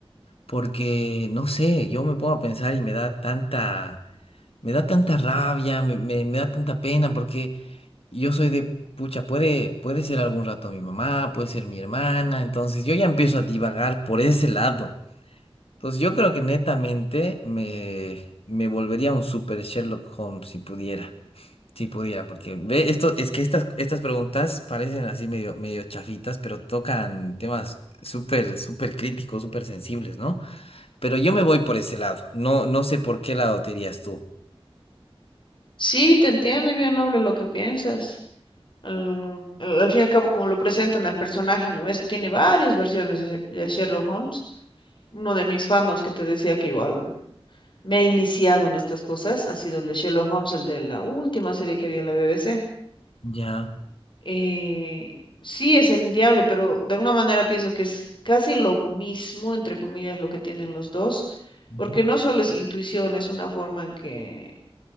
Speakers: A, on the left; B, on the left.
A: Porque, no sé, yo me pongo a pensar y me da tanta, me da tanta rabia, me, me- me da tanta pena, porque yo soy de, pucha, puede, puede ser algún rato mi mamá, puede ser mi hermana, entonces yo ya empiezo a divagar por ese lado. Entonces yo creo que netamente me, me volvería un super Sherlock Holmes si pudiera. Si pudiera, porque ve, esto, es que estas, estas preguntas parecen así medio, medio chafitas, pero tocan temas súper, súper críticos, súper sensibles, ¿no? Pero yo me voy por ese lado. No, no sé por qué lado te irías tú.
B: Sí, te entiendo, y bien noble lo que piensas. Al, al- al fin y al cabo, como lo presentan al personaje, ¿no ves? Que tiene varias versiones de, de Sherlock Holmes. Uno de mis fandoms que te decía que igual me ha iniciado en estas cosas ha sido el de Sherlock Holmes, el de la última serie que había en la BBC.
A: Ya.
B: Eh, sí, es envidiable, pero de alguna manera pienso que es casi lo mismo, entre comillas, lo que tienen los dos,
A: Ujú.
B: porque no solo es intuición, es una forma en que